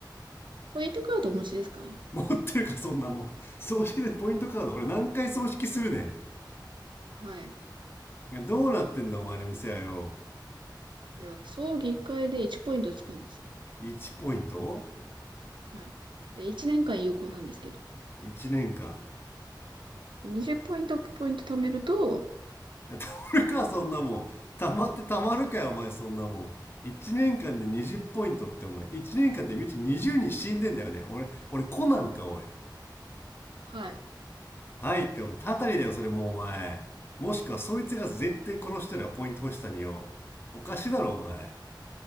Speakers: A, on the right; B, on the left.
A: ポイントカードお持ちですか
B: 持ってるか、そんなもん。葬式でポイントカード。俺何回葬式するね
A: はい。
B: ん。どうなってんだ、お前の店はよ。
A: では、葬儀1回で1ポイントつくんです。
B: 1ポイント
A: はい。で、1年間有効なんですけど。
B: ?1 年間。
A: で、20ポイント、ポイント貯めると、
B: たまるか、そんなもん。たまってたまるかよ、お前、そんなもん。1年間で20ポイントって、お前。1年間でみち20人死んでんだよね。俺、俺、コナンか、おい。
A: はい。
B: はいって、お前、たたりだよ、それもう、お前。もしくは、そいつが絶対殺してるわ、ポイント欲しさによ。おかしいだろ、お前。